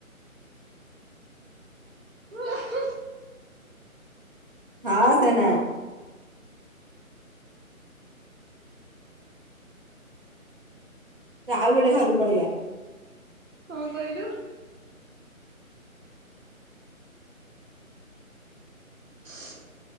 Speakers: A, on the right; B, on the right.
A: ଓ ହଁ।
B: ହ ସେନା। ଆଉ ଗୋଟେ ଘରକୁ ପଳିଆ।
A: କଁ କହିଲୁ? <unintelligible>